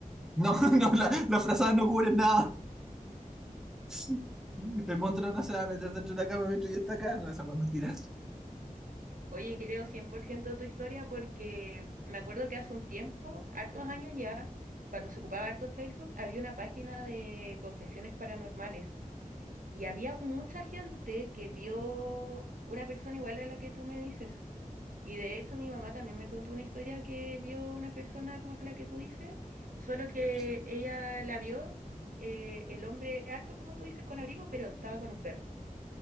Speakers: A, in the centre; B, on the right (about 70°).
A: No, <laughs> no, la- las frazadas no cubren nada. <laughs> El monstruo no se va a meter dentro de la cama mientras yo está acá. No, esa weá es mentira. <laughs>
B: Oye, creo 100% de tu historia porque me acuerdo que hace un tiempo, hartos años ya, cuando se ocupaba harto Facebook, había una página de confesiones paranormales y había mucha gente que vio una persona igual a la que tú me dices. Y de hecho mi mamá también me contó una historia que vio una persona como la que tú dices, solo que
A: Qué brillo.
B: ella la vio eh, el hombre alto, como tú dices, con abrigo, pero estaba con un perro.